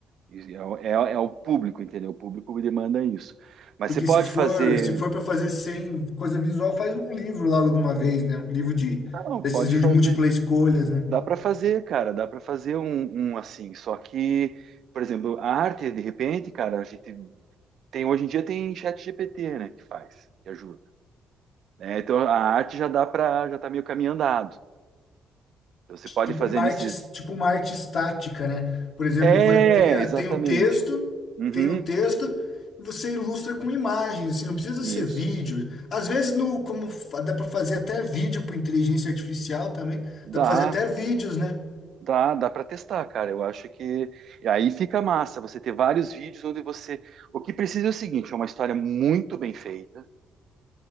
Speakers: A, on the right; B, on the left.
A: E É, o- é, o é o público, entendeu? O público demanda isso. Mas
B: Porque
A: você pode
B: se for,
A: fazer.
B: se for para fazer sem coisa visual, faz um livro logo de uma vez, né? Um livro de,
A: Não,
B: desses
A: pode
B: de
A: fazer.
B: múltipla escolhas, né?
A: Dá para fazer, cara. Dá para fazer um, um assim. Só que, por exemplo, a arte, de repente, cara, a gente tem hoje em dia tem chat GPT, né, que faz, que ajuda. né? Então a arte já dá para, já tá meio caminho andado. Então, você pode
B: Tipo
A: fazer
B: uma
A: nesses
B: arte, tipo uma arte estática, né? Por exemplo,
A: É,
B: vai- tem, a-
A: exatamente.
B: tem o texto,
A: Uhum,
B: tem o texto, e você ilustra com imagens, assim, não precisa
A: isso.
B: ser vídeo. Às vezes, no, como fa- dá para fazer até vídeo por inteligência artificial também,
A: Dá,
B: dá para fazer até vídeos, né?
A: dá, dá para testar, cara. Eu acho que e aí fica massa você ter vários vídeos onde você. O que precisa é o seguinte, é uma história muito bem feita,